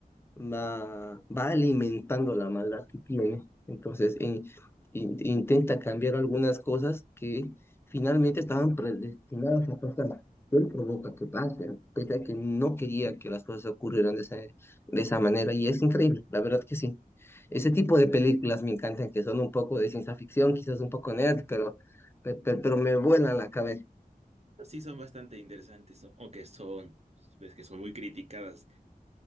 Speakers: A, on the left (about 15°); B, on the right (about 45°).
A: va, va alimentando la maldad que tiene. Entonces, in- in- intenta cambiar algunas cosas que finalmente estaban predestinadas a pasar. Él provoca que pase, pese a que no quería que las cosas ocurrieran de esa, de esa manera. Y es increíble, la verdad que sí. Ese tipo de películas me encantan, que son un poco de ciencia ficción, quizás un poco nerd, pero, pe- pe- pero, me vuelan la cabeza.
B: Pues Sí, son bastante interesantes, ¿no? aunque son, ves que son muy criticadas